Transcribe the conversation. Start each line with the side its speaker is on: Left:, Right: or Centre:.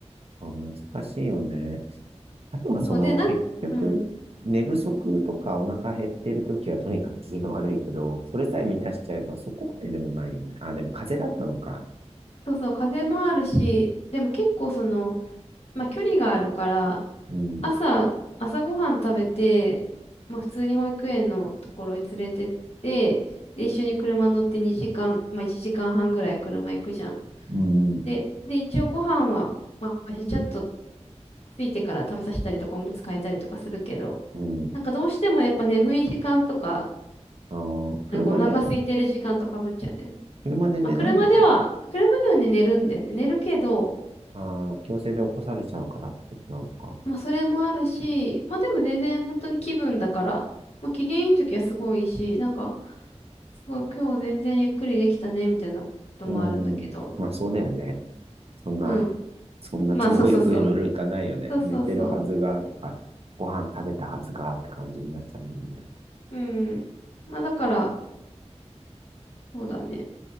Right: まあ、難しいよね。あとはその結局、
Left: そうで、なんか、うん。
Right: 寝不足とかお腹減ってるときはとにかく機嫌悪いけど、それさえ満たしちゃえばそこまででもないよね。あ、でも風邪だったのか。
Left: そうそう、風もあるし、でも結構その、まあ距離があるから、
Right: うん、
Left: 朝、朝ごはん食べて、まあ普通に保育園のところに連れてって、で、一緒に車乗って2時間、まあ1時間半ぐらい車行くじゃん。
Right: うん、
Left: で、で、一応ご飯は、まあちゃちゃっとついてから食べさせたりとか、おむつ替えたりとかするけど、
Right: うん。
Left: なんかどうしてもやっぱ眠い時間とか、
Right: あー、車で、
Left: なんかお腹空いてる時間とかぶっちゃうんだよね。
Right: 車で寝ないのか。
Left: まあ車では、車ではね、寝るんだよね。寝るけど、
Right: あー、強制で起こされちゃうからってことなのか。
Left: まあ、それもあるし、まあ、でも全然本当に気分だから、まあ、機嫌いい時はすごいいいし、なんか、すごい今日全然ゆっくりできたね、みたいなこともあるんだけど。
Right: うん。まあそうだよね。そんな、
Left: うん。
Right: そんな都合よくいろいろいかないよね。
Left: まあ、そうそうそう。そうそうそ
Right: 寝てるはずが、とか、ご飯食べたはずが、って感じになっちゃうもんね。
Left: う。うん。まあ、だから、そうだね。